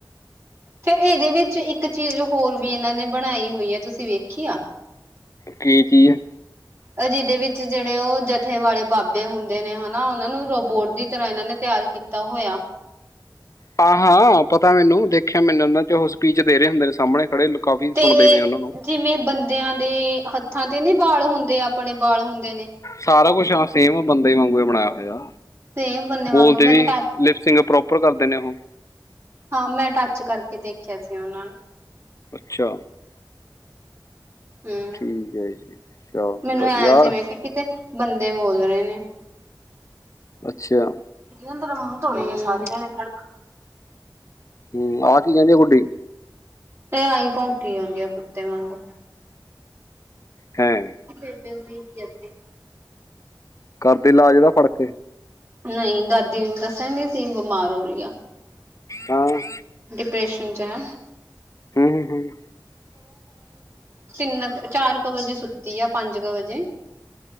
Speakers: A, on the right; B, on the left.
A: ਫਿਰ ਇਹਦੇ ਵਿੱਚ ਇੱਕ ਚੀਜ਼ ਹੋਰ ਵੀ ਇਹਨਾਂ ਨੇ ਬਣਾਈ ਹੋਈ ਆ ਤੁਸੀਂ ਵੇਖੀ ਆ।
B: ਕੀ ਚੀਜ਼।
A: ਓ ਜਿਹਦੇ ਵਿੱਚ ਜਿਹੜੇ ਉਹ ਜਥੇ ਵਾਲੇ ਬਾਬੇ ਹੁੰਦੇ ਨੇ ਹਨਾ ਉਹਨਾਂ ਨੂੰ ਰੋਬੋਟ ਦੀ ਤਰ੍ਹਾਂ ਇਹਨਾਂ ਨੇ ਤ ਤਿਆਰ ਕੀਤਾ ਹੋਇਆ।
B: ਆਹ ਹਾਂ ਪਤਾ ਮੈਨੂੰ ਦੇਖਿਆ ਮੈਨੂੰ ਉਹਨਾਂ ਚ ਉਹ ਸਪੀਚ ਦੇ ਰਹੇ ਹੁੰਦੇ ਨੇ ਸਾਹਮਣੇ ਖੜੇ ਕਾਫੀ
A: ਤੇ
B: ਸੁਣਦੇ ਵੀ ਨੇ ਉਹਨਾਂ ਨੂੰ
A: ਜਿਵੇਂ ਬੰਦਿਆਂ ਦੇ ਹੱਥਾਂ ਤੇ ਨੀ ਬਾਲ ਹੁੰਦੇ ਆ ਆਪਣੇ ਬਾਲ ਹੁੰਦੇ ਨੇ
B: ਸਾਰਾ ਕੁਛ ਹਾਂ ਸੇਮ ਬੰਦੇ ਹੀ ਵਾਂਗੂ ਬਣਾਇਆ ਹੋਇਆ
A: ਸੇਮ ਬੰਦੇ ਵਾਂਗੂ
B: ਬੋਲਦੇ
A: ਮੈਨੇ
B: ਵੀ
A: ਟੱਚ
B: ਲਿਪਸਿੰਗ ਪ੍ਰੋਪਰ ਕਰਦੇ ਨੇ ਉਹ
A: ਹਾਂ ਮੈਂ ਟੱਚ ਕਰਕੇ ਦੇਖਿਆ ਸੀ ਉਹਨਾਂ ਨੁ
B: ਅੱਛਾ
A: ਹਮ
B: ਠੀਕ ਹੈ ਜੀ ਅੱਛਾ
A: ਮੈਨੂੰ
B: ਵਧੀਆ
A: ਐ ਸੀ ਮੈਂ ਕਿਹਾ ਕਿਤੇ ਬੰਦੇ ਬੋਲ ਰਹੇ ਨੇ
B: ਅੱਛਾ
A: ਅੰਦਰ ਮੂੰਹ ਧੋਹ ਲਈਏ ਸਾਰੇ ਜਾਣੇ ਰਲਕਾ!
B: ਹਮ ਆ ਕੀ ਕੇਹਂਦੀ ਆ ਗੂਡੀ
A: ਇਹ ਆਹੀ ਭੋਂਕੀ ਜਾਦੀ ਆ ਕੁੱਤੇ ਵਾਂਗੂ
B: ਹੇਂ-
A: ਕਰਦੇ ਹੋਏ ਜ ਅਗਗੇ <inaudible>
B: ਕਰਦੇ ਲਾਜ ਇਹਦਾ ਫੜਕੇ
A: ਨਹੀਂ ਦਾਦੀ ਦੱਸਣ ਦੀ ਸੀ ਬਿਮਾਰ ਹੋ ਰਹੀ ਆ!
B: ਹਾਂ-
A: ਡਿਪ੍ਰੈਸ਼ਨ ਚ ਏ
B: ਹਮ-ਹਮ- ਹਮ।
A: ਤਿੰਨ ਕੁ ਚਾਰ ਕੁ ਵਜੇ ਸੁੱਤੀ ਆ ਪੰਜ ਕੁ ਵਜੇ